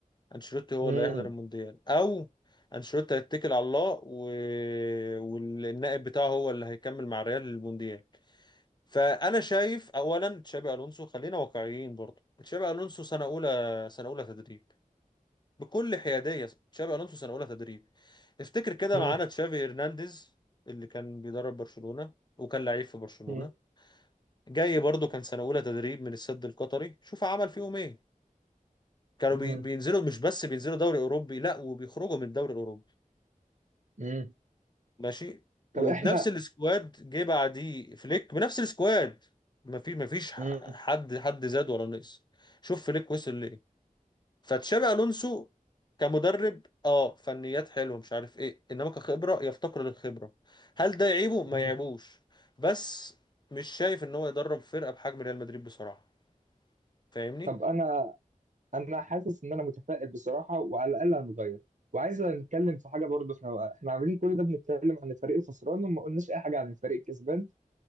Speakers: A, on the left; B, on the right.
A: انشيلوتي هو
B: امم
A: اللي هيحضر المونديال او انشيلوتي هيتكل على الله و... والنائب بتاعه هو اللي هيكمل مع ريال المونديال فانا شايف اولا تشابي الونسو خلينا واقعيين برضه تشابي الونسو سنه اولى سنه اولى تدريب بكل حياديه تشابي الونسو سنه اولى تدريب افتكر كده
B: امم
A: معانا تشافي هرنانديز اللي كان بيدرب برشلونه وكان لعيب في برشلونه
B: مم.
A: جاي برضه كان سنه اولى تدريب من السد القطري شوف عمل فيهم ايه كانوا
B: مم.
A: بي بينزلوا مش بس بينزلوا دوري اوروبي لا وبيخرجوا من الدوري الاوروبي
B: مم.
A: ماشي وبنفس
B: طب احنا
A: السكواد جه بعديه فليك بنفس السكواد ما في ما فيش ح-
B: مم.
A: حد حد زاد ولا نقص شوف فليك وصل ليه فتشابي الونسو كمدرب اه فنيات حلوه مش عارف ايه انما كخبره يفتقر للخبره هل ده يعيبه ما
B: مم.
A: يعيبوش بس مش شايف ان هو يدرب فرقه بحجم ريال مدريد بصراحه فاهمني
B: طب انا انا حاسس ان انا متفائل بصراحه وعلى الاقل هنغير وعايز نتكلم في حاجه برضه احنا احنا عاملين كل ده بنتكلم عن الفريق الخسران وما قلناش اي حاجه عن الفريق الكسبان